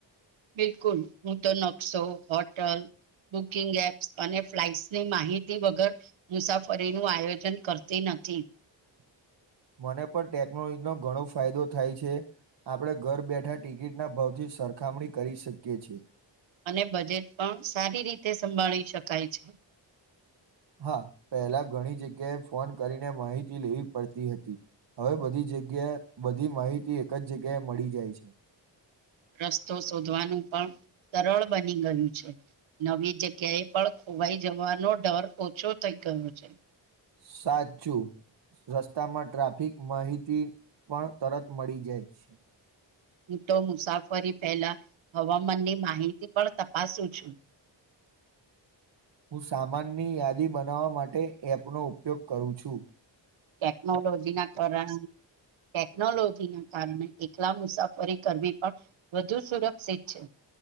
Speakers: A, on the right; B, on the right.
A: બિલકુલ હું તો નકશો હોટલ બુકિંગ એપ્સ અને ફ્લાઇટ્સની માહિતી વગર મુસાફરી નું આયોજન કરતી નથી ઠી
B: <inaudible> મને પણ ટેકનોલોજીનો ઘણો ફાયદો થાય છે આપણે ઘર બેઠા ટિકિટના ભાવથી સરખામણી કરી શકીએ છી
A: અને બજેટ પણ સારી રીતે સંભાળી શકાય છે
B: હા પહેલા ઘણી જગ્યાએ ફોન કરીને માહિતી લેવી પડતી હતી હવે બધી જગ્યા બધી માહિતી એક જ જગ્યાએ મળી જાય છે
A: રસ્તો શોધવાનું પણ સરળ બની ગયું છે નવી જગ્યાએ પણ ખોવાઈ જવાનો ડર ઓછો થઈ ગયો છે
B: સાચું રસ્તામાં ટ્રાફિક માહિતી પણ તરત મળી જાય છે
A: હું તો મુસાફરી પહેલા હવામાનની માહિતી પણ તપાસું છું
B: <inaudible> હું સામાનની યાદી બનાવવા માટે એપનો ઉપયોગ કરું છું
A: ટેકનોલોજી ના કારણ ટેકનોલોજીના કારણે એકલા મુસાફરી કરવી પણ વધુ સુરક્ષિત છે